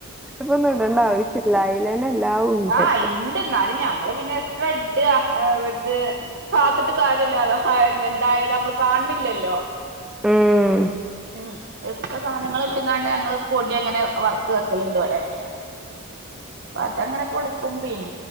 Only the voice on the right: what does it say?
ആഹ് ഇണ്ട് എന്നാലും ഞമ്മള് പിന്നെ എത്ര ഇഡ ആഹ് വടുത് കാത്തിട്ട് കാര്യല്ല അതോ എന്തായ നമ്മള് കാണണില്ലല്ലോ
ഉം എസ്ട്ര സാധനങ്ങൾ ഇട്ടുംാണ്ട് ഞങ്ങള് പൊടി അങ്ങനെ വറുത്ത് വെക്കലുണ്ട് അവിടെ അപ്പ അതങ്ങനെ കൊടുക്കും്പന്നെ